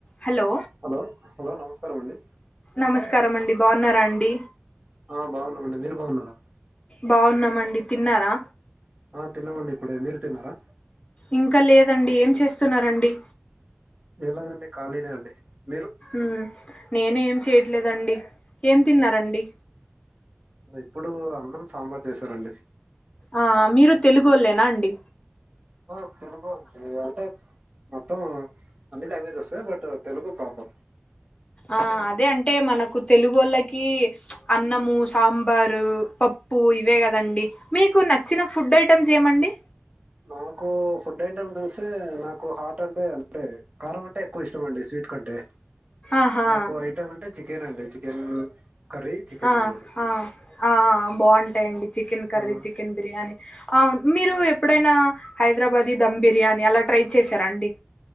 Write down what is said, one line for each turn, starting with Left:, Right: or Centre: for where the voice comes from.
Left: Hello
Right: hello hello నమస్ స్కారం అండి
Left: నమస్కారం అండి బాగున్నారా అండి
Right: ఆ బాగున్నామండి మీరు బాగున్నారా
Left: బాగున్నామండి తిన్నారా
Right: ఆ తినమండి ఇప్పుడేమీరు తిన్నారా
Left: ఇంకా లేదండి ఏం చేస్తున్నారండి
Right: ఏం లేదండి ఖాళీనే అండి మీరు
Left: ఉమ్ నేనేఏం చే చేయట్లేదండి ఏం తిన్నారండి
Right: ఇప్పుడు అన్నం సాంబార్ చేసారండి
Left: ఆ మీరు తెలుగోల్లేనా అండి
Right: ఆ తెలుగు అండి అంటే మొత్తం అన్నీ లాంగ్వేజస్ వసయ్ బట్ తెలుగు ప్రపర్
Left: ఆ అదే అంటే మనకు తెలుగు ఓళ్ళకి అన్నము సాంబారు పప్పు ఇవే కదండి మీకు నచ్చిన ఫుడ్ ఐటెమ్స్ ఏమండి
Right: నాకు ఫుడ్ ఏంట ఉంటుే నాకు హార్ట్ అంటే అంటే కారం అంటే ఎక్కువ ఇష్టం అండి స్వీట్ కంటే
Left: ఆహా
Right: నాకు ఐటమ్ అంటే చే చికెన్ అండి చికెన్ కర్రీ చికెన్
Left: ఆ
Right: బిర్యానీ
Left: ఆ ఆ బాగుంటాయండి చికెన్ కర్రీ
Right: ఆ
Left: చికెన్ బిర్యానీ అవును మీరు ఎప్పుడైనా హైదరాబాధీ ధమ్ బిర్యానీ అలా ట్రై చేసారా అండి